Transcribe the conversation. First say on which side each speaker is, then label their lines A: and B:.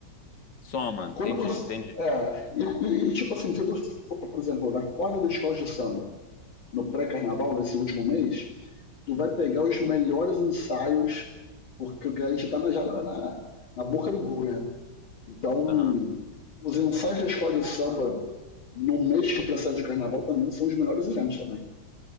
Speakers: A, on the left (about 65°); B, on the left (about 80°).
A: Soma,
B: E quando
A: entendi,
B: você.
A: entendi.
B: É, e, e- e, tipo assim, se tu for, por exemplo, na quadra da escola de samba, no pré-carnaval, nesse último mês, tu vai pegar os melhores ensaios, porque a gente está na, na, na boca do gol, né? Então,
A: Aham,
B: os ensaios da escola de samba no mês que precede o carnaval também são os melhores eventos também.